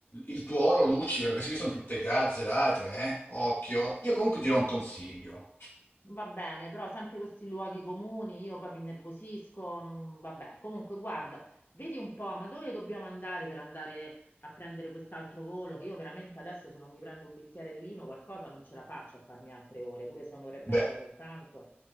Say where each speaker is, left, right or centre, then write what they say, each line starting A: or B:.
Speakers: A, on the left (about 80°); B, on the left (about 60°).
A: il tuo oro luccica, queste qui sono tutte gazze, latre, eh? Occhio. Io comunque dirò un consiglio.
B: Va bene, però sempre questi luoghi comuni, io poi mi innervosisco, non- vabbè. Comunque, guarda, vedi un po', ma dove dobbiamo andare per andare a prendere quest'altro volo? Che io veramente adesso se non mi prendo un bicchiere di vino, qualcosa non ce la faccio a farmi altre ore, pure se è un'ora e mezza
A: Beh,
B: soltanto.